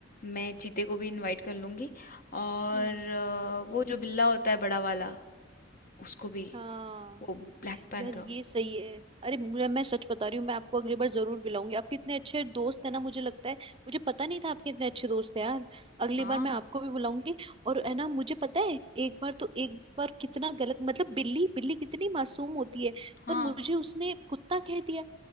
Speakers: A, on the left; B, on the right.
A: मैं चीते को भी इनवाइट कर लूंगी और
B: हम्म
A: आ, वो जो बिल्ला होता है बड़ा वाला उसको भी
B: हाँ
A: वो ब्लैक पैंथर
B: यार ये सही है अरे मुझे मैं सच बता रही हूँ मैं आपको अगली बार जरूर मिलाऊंगी आपके इतने अच्छे दोस्त हैं ना मुझे लगता है मुझे पता नहीं था आपके इतने अच्छे दोस्त हैं यार अगली
A: हाँ
B: बार मैं आपको भी बुलाऊंगी और है ना मुझे पता है एक बार तो एक बार कितना गलत मतलब बिल्ली बिल्ली कितनी मासूम होती है
A: हाँ
B: पर मुझे उसने कुत्ता कह दिया